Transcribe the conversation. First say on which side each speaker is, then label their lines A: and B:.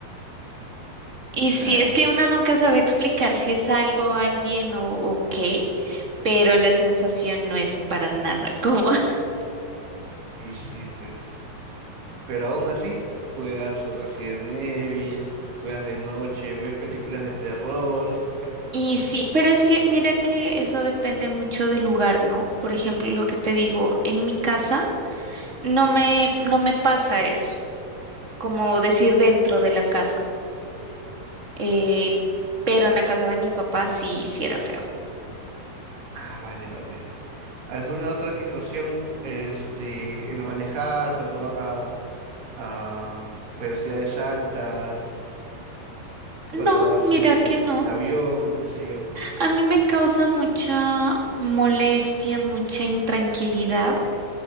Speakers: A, on the right (about 30°); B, on the right (about 75°).
A: Y si
B: Dale.
A: es que uno nunca sabe explicar si es algo, alguien o, o qué, pero la sensación no es para nada cómoda. <laughs>
B: Y sí, pues. Pero aún así, juegas Resident Evil, juegas de noche, ves películas de terror.
A: Y sí, pero es que mira que eso depende mucho del lugar, ¿no? Por ejemplo, lo que te digo, en mi casa no me, no me pasa eso, como decir dentro de la casa, eh, pero en la casa de mi papá sí, sí era feo.
B: Ah, vale, vale. ¿Alguna otra situación, este, el manejar, cuando van a, a velocidades altas, cuando
A: No,
B: vas
A: mira
B: en,
A: que no.
B: en avión, qué sé yo?
A: A mí me causa mucha molestia, mucha intranquilidad